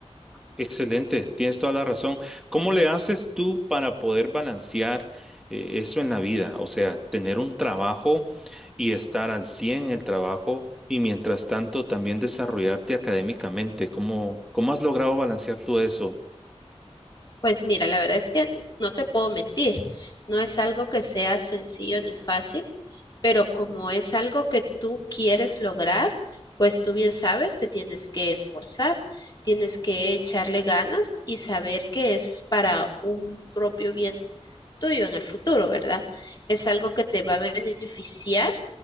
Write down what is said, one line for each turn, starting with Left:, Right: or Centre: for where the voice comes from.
Centre: Excelente, tienes toda la razón. ¿Cómo le haces tú para poder balancear eh, eso en la vida? O sea, tener un trabajo y estar al 100 en el trabajo y mientras tanto también desarrollarte académicamente. ¿Cómo, cómo has logrado balancear tú eso?
Left: Pues mira, la verdad es que no te puedo mentir, no es algo que sea sencillo ni fácil, pero como es algo que tú quieres lograr, pues tú bien sabes, te tienes que esforzar, tienes que echarle ganas y saber que es para un propio bien tuyo en el futuro, ¿verdad? Es algo que te va a beneficiar